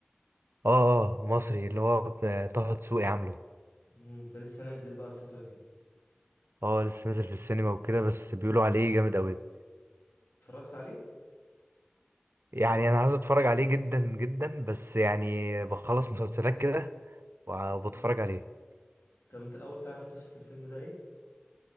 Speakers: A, on the right (about 70°); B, on the left (about 80°).
A: اه اه مصري اللي هو ب- طه دسوقي عامله
B: مم، ده لسه نازل بقى الفترة دي
A: اه لسه نازل في السينما وكده بس بيقولوا عليه جامد قوي
B: اتفرجت عليه
A: يعني انا عايز اتفرج عليه جدا جدا بس يعني بخلص مسلسلات كده وبتفرج
B: مم.
A: عليه
B: طب انت الاول تعرف قصة الفيلم ده ايه